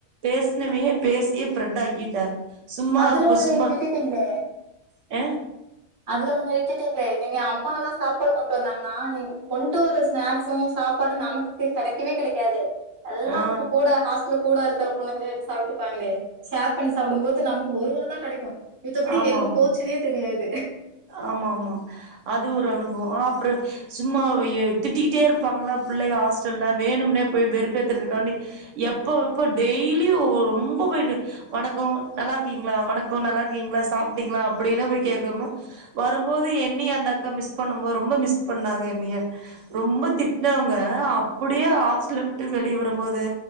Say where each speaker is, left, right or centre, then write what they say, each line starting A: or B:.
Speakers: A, on the right; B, on the right.
A: பேசனவையே பேசியே பிரெண்டாக்கிட்டா சும்மாப்ப
B: அதுல ஒண்ணு
A: சும்மா
B: நீங்க விட்டுட்டீங்களே
A: அ
B: அதுல ஒண்ணு விட்டுட்டீங்களே நீங்க அம்மா எல்லா சாப்பாடு கொண்டு வந்தாங்கன்னா நீங் கொண்டு வர்ற ஸ்நாக்ஸு சாப்பாடு நமக்கு கிடைக்கவே கிடைக்காது எல்லா
A: ஆ
B: இப்ப கூட ஹாஸ்டல கூட இருக்கிற பொண்ணுங்களே எடுத்து சாப்பிட்டுப்பாங்களே ஷேர் பண்ணி சாப்பிடும்போது நமக் ஒருவா தா கிடைக்கு மித்தபடி
A: ஆமா
B: எங்க
A: ஆமா
B: போச்சின்னே தெரியாது
A: ஆமா ஆமா அது ஒரு அனுபவோ அப்றோ சும்மா ஏ திட்டிக்கிட்டே இருப்பாங்களா பிள்ளய ஹாஸ்டல்ல வேணும்னே போய் வெறுப்பேத்துறதுக்காண்டி எப்ப எப்ப டெய்லியு ரொம்ப போயி வணக்கோ நல்லா இருக்கீங்களா வணக்கோ நல்லா இருக்கீங்களா சாப்பிட்டீங்களா அப்டின்னு போய் கேக்கணு வரும்போது என்னய்ய அந்த அக்கா மிஸ் பண்ணும்போது ரொம்ப மிஸ் பண்ணாங்க என்னய ரொம்ப திட்டினவங்க அப்டியே ஹாஸ்டல விட்டு வெளிய வரும்போது